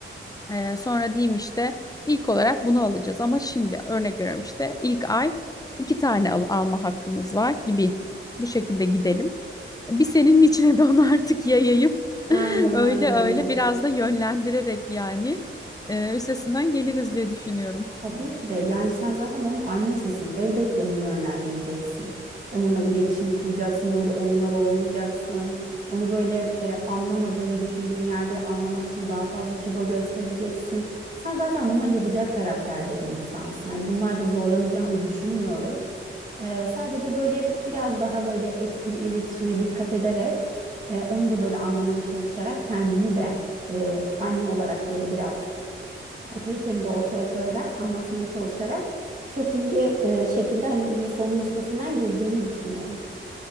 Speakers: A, on the left (about 15°); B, on the right (about 40°).
A: Ee, sonra diyeyim işte ilk olarak bunu alacağız ama şimdi örnek veriyorum işte ilk ay iki tane al- alma hakkımız var gibi bu şekilde gidelim. Bir senin içine de onu artık yayayım.
B: Aynen
A: <laughs> Öyle
B: öyle.
A: öyle biraz da yönlendirerek yani e, üstesinden geliriz diye düşünüyorum.
B: Tabii ki de yani sen zaten onun annesisin. Elbette onu yönlendireceksin. Onunla iletişim kuracaksın, böyle oyunlar oynayacaksın. Onu böyle e, anlamadığını düşündüğün yerde anlamak için daha fazla çaba göstereceksin. Sen zaten bunları yapacak karakterde bir insansın. Hani bunlarda zorlanacağını düşünmüyorum. E, sadece böyle biraz daha böyle etkili iletişime dikkat ederek, e, onu da böyle anlamaya çalışarak kendini de e, anne olarak böyle biraz otoriteni de ortaya koyarak, anlatmaya çalışarak çok iyi e, şekilde hani bu sorunun üstesinden geleceğini düşünüyorum.